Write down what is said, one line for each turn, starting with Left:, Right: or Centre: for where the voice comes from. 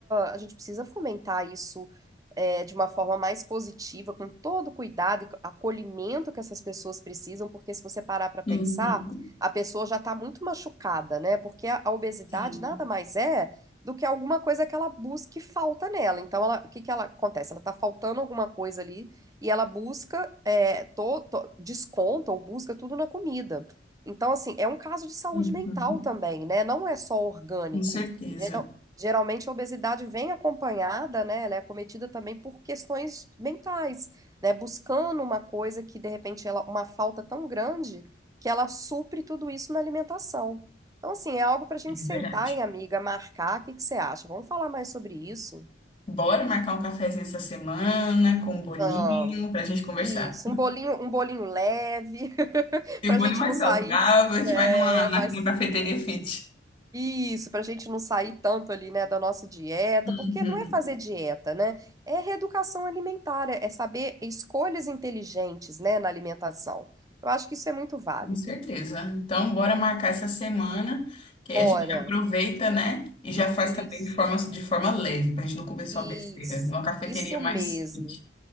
Right: a gente precisa fomentar isso é, de uma forma mais positiva, com todo o cuidado e acolhimento que essas pessoas precisam, porque se você parar para pensar,
Left: Uhum.
Right: a pessoa já está muito machucada, né? Porque a, a obesidade
Left: Sim,
Right: nada mais é do que alguma coisa que ela busca e falta nela. Então, ela, o que que ela acontece? Ela está faltando alguma coisa ali e ela busca é, to- to- desconta ou busca tudo na comida. Então, assim, é um caso de saúde
Left: Uhum.
Right: mental também, né? Não é só orgânico.
Left: com certeza.
Right: Geral- geralmente a obesidade vem acompanhada, né? Ela é cometida também por questões mentais, né? Buscando uma coisa que, de repente, ela, uma falta tão grande que ela supre tudo isso na alimentação. Então, assim, é algo para a gente
Left: É
Right: sentar,
Left: verdade.
Right: hein, amiga, marcar. O que que você acha? Vamos falar mais sobre isso?
Left: Bora marcar um cafezinho essa semana com um bolinho
Right: Vamos.
Left: pra gente conversar.
Right: Isso, um bolinho, um bolinho leve, <laughs>
Left: Tem
Right: para
Left: um bolinho
Right: a gente
Left: mais
Right: não sair.
Left: saudável,
Right: né?
Left: a gente vai numa, na-
Right: mas
Left: numa cafeteria fit.
Right: Isso, para a gente não sair tanto ali, né, da nossa dieta,
Left: Uhum.
Right: porque não é fazer dieta, né? É reeducação alimentar, é é saber escolhas inteligentes, né, na alimentação. Eu acho que isso é muito válido.
Left: Com certeza. Então, bora marcar essa semana, que aí
Right: Bora.
Left: a gente aproveita, né? E já faz
Right: Isso,
Left: também de forma, de forma leve, pra gente não comer só
Right: isso,
Left: besteira, numa cafeteria
Right: isso
Left: mais
Right: mesmo.
Left: fit.